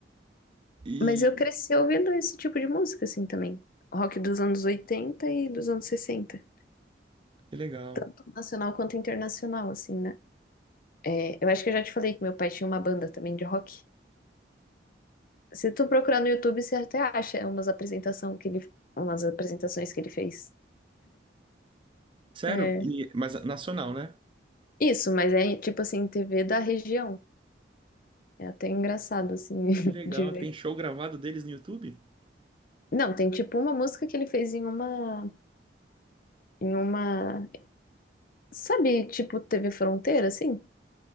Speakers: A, on the right (about 30°); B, on the left (about 50°).
A: E
B: Mas eu cresci ouvindo esse tipo de música, assim, também. Rock dos anos 80 e dos anos sessenta,
A: que legal.
B: Tanto Nacional quanto internacional, assim, né? É, eu acho que eu já te falei que meu pai tinha uma banda também de rock. Se tu procurar no YouTube, você até acha umas apresentação que ele, umas apresentações que ele fez.
A: Sério?
B: É,
A: E- mas nacional, né?
B: Isso, mas é tipo assim, TV da região. É até engraçado, assim, <laughs>
A: Que legal.
B: de ver.
A: Tem show gravado deles no YouTube?
B: Não, tem tipo uma música que ele fez em uma. Em uma. Sabe, tipo TV Fronteira, assim?